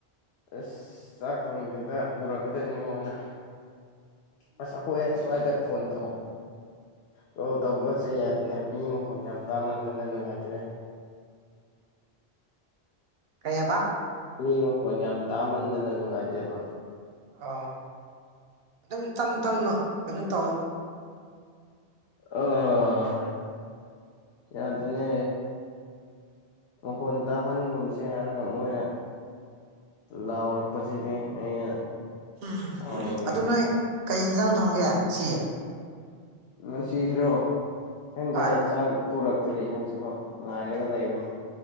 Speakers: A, on the left; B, on the right.
A: ꯑꯁ ꯆꯥꯛ ꯊꯣꯡꯗꯦꯗ ꯄꯨꯔꯛꯀꯗꯣꯏꯅꯦ ꯃꯣꯏꯅ ꯑꯁ ꯑꯩꯈꯣꯏꯁ꯭ꯋꯥꯏꯗ ꯐꯣꯟ ꯇꯧ ꯀꯣꯜ ꯇꯧꯕꯒ ꯆꯩ ꯍꯥꯏꯗꯅ ꯃꯤ ꯃꯈꯣꯟ ꯌꯥꯝ ꯆꯃꯟꯗꯅ ꯅꯨꯡꯉꯥꯏꯇ꯭ꯔꯦ
B: ꯀꯩꯕ
A: ꯃꯤ ꯃꯈꯣꯟ ꯌꯥꯝ ꯇꯥꯃꯟꯗꯅ ꯅꯨꯡꯉꯥꯏꯇꯦꯕ
B: ꯑꯣ ꯑꯗꯨꯝ ꯇꯞ ꯇꯝꯅ ꯀꯩꯅꯣ ꯇꯧꯋ
A: ꯑꯣ ꯌꯥ ꯑꯗꯨꯅꯦ ꯃꯈꯣꯟ ꯇꯥꯍꯟꯒꯨꯝꯁꯦ ꯍꯥꯏꯔꯒ ꯃꯣꯏꯅ ꯂꯥꯎꯔꯛꯄꯁꯤꯗꯤ ꯑꯩꯅ
B: ꯎꯝ
A: ꯁꯥꯎꯅꯤꯡꯉꯁꯦ
B: ꯑꯗꯨ ꯅꯣꯏ ꯀꯩ ꯌꯦꯟꯖꯥꯡ ꯊꯣꯡꯒꯦ ꯁꯤ
A: ꯉꯁꯤꯁꯤꯔꯣ ꯈꯪꯗꯦꯅꯦ
B: ꯍꯣꯏ
A: ꯆ ꯄꯨꯔꯛꯇ꯭ꯔꯦꯅꯦ ꯍꯧꯖꯤꯛꯐꯥꯎ ꯂꯥꯏꯔꯒꯂ ꯂꯩꯕꯅꯦ